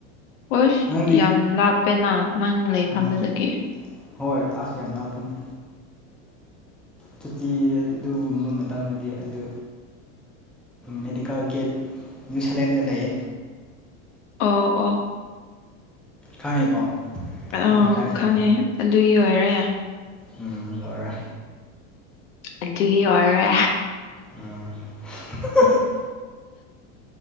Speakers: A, on the left (about 75°); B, in the centre.
A: ꯍꯁ
B: ꯅꯪꯗꯤ
A: ꯌꯥꯝ ꯂꯥꯞꯄꯦꯅ ꯅꯪ ꯂꯩꯐꯝꯗꯨꯗꯒꯤ
B: ꯑꯥ ꯍꯣꯏ ꯑꯁ ꯌꯥꯝ ꯂꯥꯞꯄꯅꯤ ꯁꯨꯇꯤ ꯑꯗꯨꯒꯨꯝꯕ ꯃꯇꯝꯗꯗꯤ ꯑꯗꯨ ꯃꯦꯗꯤꯀꯦꯜ ꯒꯤ ꯅ꯭ꯌꯨꯖꯤꯂꯦꯟꯗ ꯂꯩꯌꯦ
A: ꯑꯣ ꯑꯣ
B: ꯈꯪꯉꯤꯀꯣ
A: ꯑ
B: ꯑꯗꯨ ꯂꯩꯀꯥꯏꯁꯤꯡꯗꯣ
A: ꯈꯪꯉꯦ ꯑꯗꯨꯒꯤ ꯑꯣꯏꯔꯦ
B: ꯎꯝ ꯂꯣꯏꯔꯦ
A: ꯑꯗꯨꯒꯤ ꯑꯣꯏꯔꯦ
B: ꯎꯝ